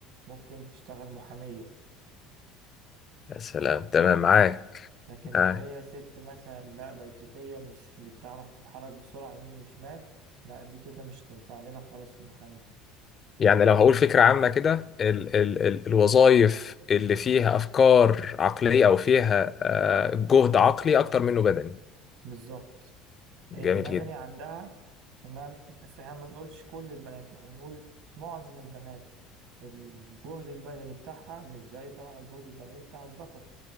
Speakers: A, on the right; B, on the left.
A: ممكن تشتغل محامية
B: يا سلام تمام
A: حلو
B: معاك
A: لكن لو
B: معاك
A: هي ست مثلا لا بيتوتية مش بتعرف تتحرك بسرعة يمين وشمال لا دي كده مش تنفع لنا خالص في المحاماة
B: يعني لو هقول فكرة عامة كده ال ال ال الوظائف اللي فيها افكار عقلية او فيها آه، جهد عقلي اكتر منه بدني
A: بالظبط
B: جميل
A: هي البدني
B: جدا
A: عندها تمام بس احنا ما نقولش كل البنات احنا نقول معظم البنات الجهد البدني بتاعها مش زي طبعا الجهد البدني بتاع الذكر